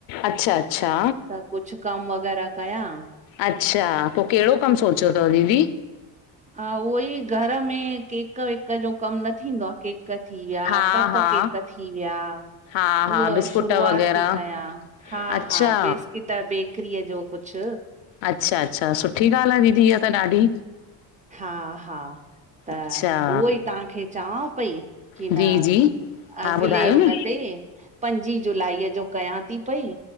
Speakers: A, on the left; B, on the right.
A: अच्छा अच्छा
B: त, कुछ कम वग़ैरा कयां।
A: अच्छा, पोइ केड़ो कम सोचयो तव दीदी?
B: अं, उहोई घर में केक् केक वेक जो कम न थींदो आ, केक थी व्, या
A: हा
B: कप
A: हा
B: केक थी व्या
A: हा हा
B: उहा
A: बिस्कुट
B: शुरूआत
A: वग़ैरह
B: ती कयां। हा
A: अच्छा
B: हा, बिस्किट बेकरीअ जो कुछ।
A: अच्छा अच्छा, सुठी ॻाल्ह आ दीदी, इहा त ॾाढी।
B: हा हा, त
A: अच्छा
B: उहोई तहांखे चवां पई कि
A: जी,
B: न
A: जी, हा
B: अॻले
A: ॿुधायो न,
B: उन ते पंजी जुलाईअ जो कयां ती पई